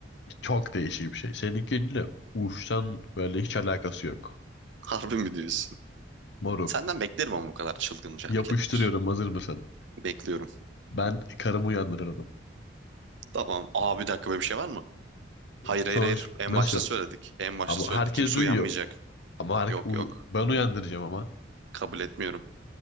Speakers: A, on the left; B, on the right.
A: Çok değişik bir şey. Seninkiyle uçtan böyle hiç alakası yok.
B: Harbi mi diyorsun?
A: Moruk
B: Senden beklerim ama bu kadar çılgınca
A: yapıştırıyorum
B: hareketler.
A: hazır mısın?
B: Bekliyorum.
A: Ben karımı uyandırırdım.
B: Tamam. Aa bir dakika böyle bir şey var mı? Hayır
A: Sonuç
B: hayır hayır. En
A: nasıl?
B: başta söyledik. En başta
A: Ama
B: söyledik.
A: herkes
B: Kimse
A: duyuyor.
B: uyanmayacak.
A: Ama her-
B: Yok
A: uy-
B: yok.
A: ben uyandıracağım ama.
B: Kabul etmiyorum.